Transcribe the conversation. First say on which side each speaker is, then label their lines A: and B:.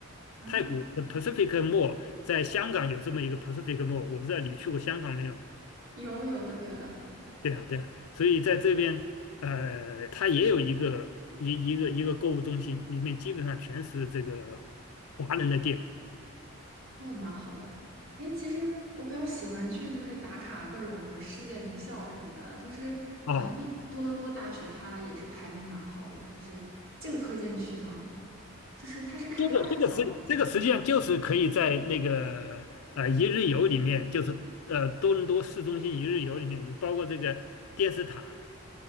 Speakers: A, on the right; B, on the left.
A: 啊。
B: 太古的 Pacific Mall 在香港有这么一个 Pacific Mall，我不知道你去过香港没有？
A: 有有的有的，
B: 对啊，对啊，所以在这边，呃，它也有一个一一个一个购物中心，里面基本上全是这个华人的店
A: 那我蛮好的。哎，其实我比较喜欢去就是打卡各种什么世界名校什么的，就是好像多伦多大学它也是排名蛮好的，
B: 哦。
A: 就是这个推荐去吗？就是它是开放式校园吗？
B: 这个这个实这个实际上就是可以在那个呃一日游里面，就是呃多伦多市中心一日游里面，包括这个电视塔